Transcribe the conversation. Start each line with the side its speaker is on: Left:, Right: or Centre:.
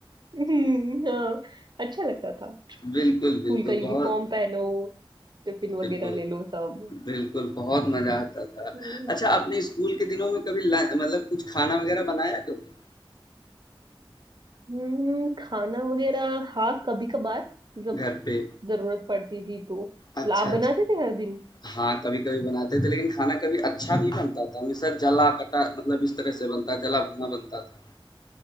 Right: हम्म, हाँ अच्छा लगता था
Left: बिल्कुल,
Right: स्कूल
Left: बिल्कुल,
Right: का यूनिफॉर्म
Left: बहुत
Right: पहनो टिफिन वगैरह
Left: बिल्कुल,
Right: ले लो सब
Left: बिल्कुल, बहुत मज़ा आता था।
Right: हम्म,
Left: अच्छा, आपने स्कूल के दिनों में कभी ला मतलब कुछ खाना वग़ैरह बनाया कभी
Right: हम्म, खाना वगैरह हाँ कभी कभार जब
Left: घर पे?
Right: जरूरत पड़ती थी तो
Left: अच्छा,
Right: आप बनाते
Left: अच्छा।
Right: थे हर दिन
Left: हाँ, कभी-कभी बनाते थे, लेकिन खाना कभी अच्छा नहीं बनता था, हमेशा जला-कटा मतलब इस तरह से बनता, जला-भुना बनता था।